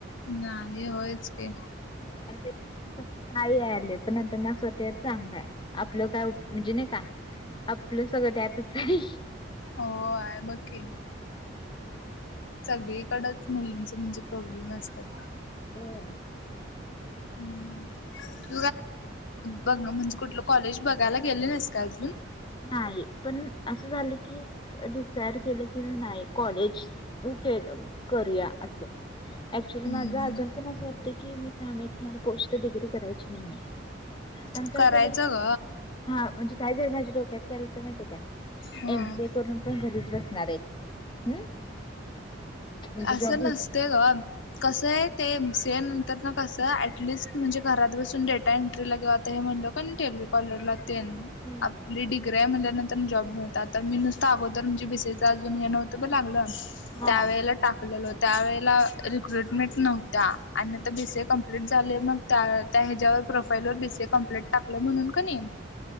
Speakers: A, on the left; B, on the left.
A: नाही होयच की.
B: आणि ते पण काही आले पण नंतरन असं वाटायचं चांगलं आहे आपलं काय म्हणजे नाही का आपलं सगळं त्यातच आहे.
A: होय बघ की सगळीकडच मुलींच प्रॉब्लेम असतात.
B: व्हय.
A: <unintelligible> बघ म्हणजे कुठलं कॉलेज बघायला गेली नाहीस का अजून?
B: नाही पण असं झालं की डिसायड केलं की नाही कॉलेज केलं करूया आस ऍक्च्युली
A: हम्म
B: माझ आजून पण अस वाटतं की मी ठाम आहे माझं पोस्ट डिग्री करायची नाहीये. पण काय
A: करायचं
B: झालं आता
A: ग
B: हा म्हणजे काय झालं माझे डोक्यात डोक्यात काय आलंत माहिती आहे काय
A: हम्म
B: एम. सी. ए करून पण घरीच बसणार आहे हम्. म्हणजे
A: असं
B: जॉब भेटना
A: नसतय गं कसं आहे ते एम. सी. ए नंतर ना कसं ऍटलिस्ट म्हणजे घरात बसून डेटा एंट्रीला किंव्हा आता हे म्हणलो कणी टेलिकॉलरला तेन
B: हम्म
A: आपली डिग्री हाय म्हणल्यावर नंतरन जॉब मिळतात आता मी नुसतं अगोदर बि. सी. ए च अजून हे नव्हतं बग लागलं
B: हा
A: त्यावेेळेला टाकलेलं होत. त्यावेेळेला रिक्रुटमेंट नव्हत्या आणि नंतर बी. सी. ए कंप्लीट झाले मग त्या ह्याच्यावर प्रोफाईल वर बी. सी. ए कंप्लेट टाकलं म्हणून कणी